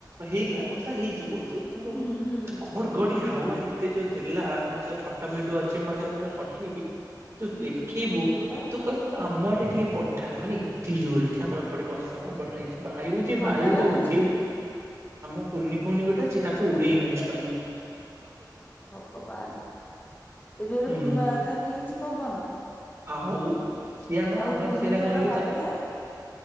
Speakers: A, on the right; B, on the left.
A: ହେଇଲା ବର୍ଷା ହେଇଛି ବହୁତ। କିନ୍ତୁ
B: ହୁଁ ହୁଁ
A: କଣ ଗଡି ହାୱା ଏତେ ଯୋଉ ଦେଲା ମୁଁ ତ ଫଟୋ ଭିଡିଓ ଅଛି ମୋ ପାଖରେ ମୁଁତ ପଠେଇବି। ତୁ ଦେଖିବୁ
B: ହୁଁ ପଠେଇବୁ ତ
A: ତୁ କହିବୁ। ତ ଆମ ଆଡେ ଟିକେ ପଠା ମାନେ ଏତେ ଜୋରେ ଆମ ଏପଟେ ବର୍ଷା ପବନ ହେଇଛି। ବାୟୁ ଯେ
B: ଥଣ୍ଡା
A: ବାୟୁରେ
B: ଲାଗୁଛି
A: ଉଡେଇ ଉଠ ଆମ କୁନି ଫୁଣି ଗୋଟା ସେ ତାକୁ ଉଡେଇ ନେଲା ବାୟୁ। ହ
B: ଭଗବାନ ଏତେ ଜୋରେ
A: ହୁଁ
B: ବା ତାହେଲେ ହେଇଛି ପବନ?
A: ଆଉ ସିଏ ଆମର
B: ଆଉ
A: ଆମର
B: ଘୂର୍ଣ୍ଣିଝଡ
A: ସେ ଲ <unintelligible>
B: ବାତ୍ୟା
A: ତାକୁ